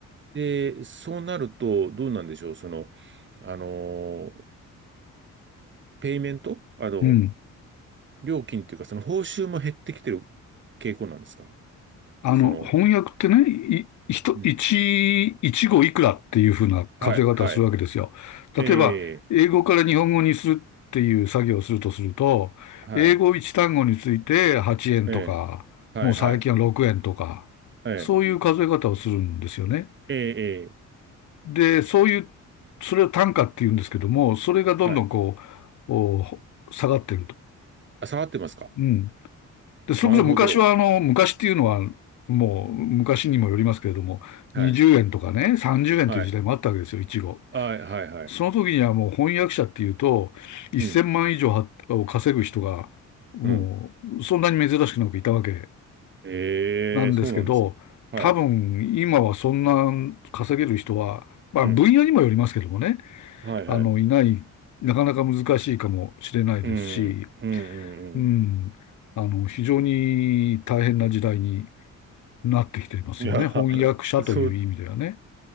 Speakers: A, on the right; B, on the left.
A: で、そうなると、どうなんでしょう、その、あの、ペイメント、あの、
B: うん。
A: 料金っていうか、その報酬も減ってきてる傾向なんですか
B: あの、
A: その、
B: 翻訳ってね、い、ひと一、
A: うん。
B: 一語いくらっていうふうな数え方をするわけですよ。
A: はい、はい。
B: 例えば、
A: ええ、
B: 英語から日本語にするっていう作業をするとすると、
A: はい、
B: 英語一単語について8円とか、
A: ええ、はい、
B: もう最近は6円とか、
A: はい、ええ、
B: そういう数え方をするんですよね。
A: ええ、え
B: で、そういう、それを単価って言うんですけども、それがどんどんこ
A: えはい。
B: う、お下がってると。
A: あ、下がってますか
B: うん。で、それこそ昔は、
A: なるほど。
B: あの、昔っていうのは、もう昔にもよりますけれども、
A: はい。
B: 20円とかね、30円という時代もあったわけですよ、
A: はい
B: いちご。
A: はいはいはい。
B: その時にはもう翻訳者っていうと、
A: うん。
B: 1000万以上はを稼ぐ人が、もう、
A: うん。
B: そんなに珍しくなくいたわけ
A: ええ、
B: なんですけど、
A: そうなんですね。はい。
B: 多分、今はそんな稼げる人は、まあ、
A: うん。
B: 分野にもよりますけどもね、
A: はいはい。
B: あの、いない、なかなか難しいかもしれないですし、
A: うん。うんうんうん。
B: うん、あの、非常に大変な時代になってきていますよね。
A: いや、<laughs>
B: 翻訳者という意味ではね。
A: そう、